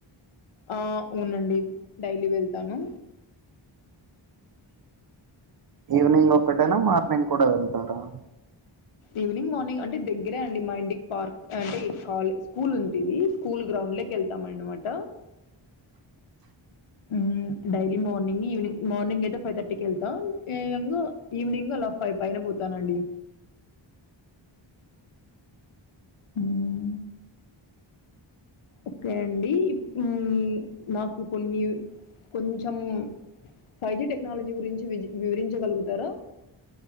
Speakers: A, on the left; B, on the right.
A: ఆ వునండి డైలీ వెళ్తాను
B: ఈవనింగ్ ఒకటైనా మార్నింగ్ కూడా వెళ్తారా
A: ఈవినింగ్ మార్నింగ్ అంటే దగ్గరే అండి మా ఇంటికి పార్క్ అంటే కాల్ స్కూల్ ఉంది స్కూల్ గ్రౌండ్ లోకెళ్తామన్నమాట ఉమ్ డైలీ మార్నింగ్ ఈవనింగ్ మార్నింగ్ అయితే ఫైవ్ థర్టీకి వెళ్తా ఈవినింగ్ ఈవినింగ్ అలా ఫైవ్ పైన పోతానండి ఉము ఓకే అండి హమ్ నాకు కొన్ని కొంచెం ఫైజీ టెక్నాలజీ గురించి వి వివరించగలుగుతారా